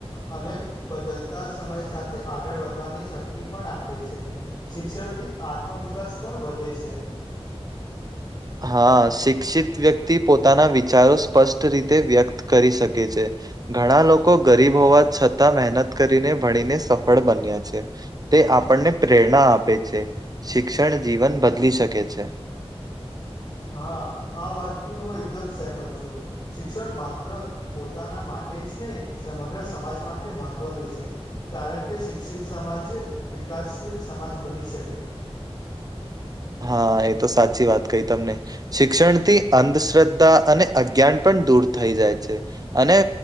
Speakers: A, on the left; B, on the right.
A: અને બદલતાં સમય સાથે આગળ વધવાની શક્તિ પણ આપે છે. શિક્ષળથી આત્મવિશ્વાસ પણ વધે છે.
B: હા શિક્ષિત વ્યક્તિ પોતાનાં વિચારો સ્પષ્ટ રીતે વ્યક્ત કરી શકે છે. ઘણાં લોકો ગરીબ હોવા છતાં મહેનત કરીને ભણીને સફળ બન્યાં છે. તે આપણને પ્રેરણા આપે છે, શિક્ષણ જીવન બદલી શકે છે.
A: હા આ વાતથી હું એકદમ સહેમત છું. શિક્ષણ માત્ર પોતાનાં માટે જ નહીં સમગ્ર સમાજ માટે મહત્વનું છે. કારણ કે શિક્ષિત સમાજે વિકાસશીલ સમાજ બની શકે
B: હા એ તો સાચી વાત કઈ તમને શિક્ષણથી અંધશ્રદ્ધા અને અજ્ઞાન પણ દૂર થઈ જાય છે, અને